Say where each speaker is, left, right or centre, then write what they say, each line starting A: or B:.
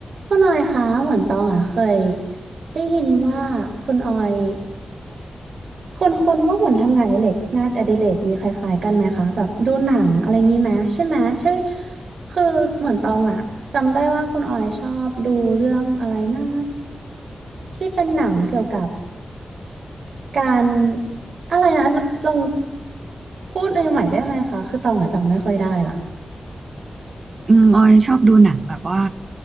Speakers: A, on the right; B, on the right.
A: คุณออยคะเหมือนตองอ่ะเคยได้ยินว่าคุณออยคนคนว่าเหมือนทำงานอดิเรกงานอดิเรกมีคล้ายๆกันไหมคะแบบดูหนังอะไรงี้ไหมใช่ไหมใช่คือเหมือนตองอ่ะจำได้ว่าคุณออยชอบดูเรื่องอะไรนะที่เป็นหนังเกี่ยวกับการอะไรนะลองพูดใหม่ๆได้ไหมคะคือตองอ่ะจำไม่ค่อยได้ละ
B: อืมออยชอบดูหนังแบบว่า